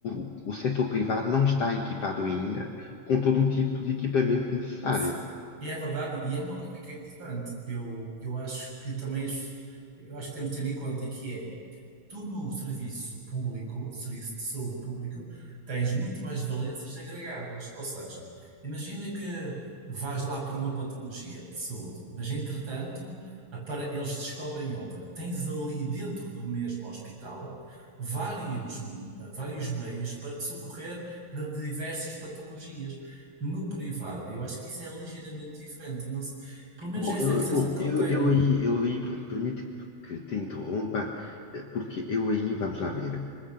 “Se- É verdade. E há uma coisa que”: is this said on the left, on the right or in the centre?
Right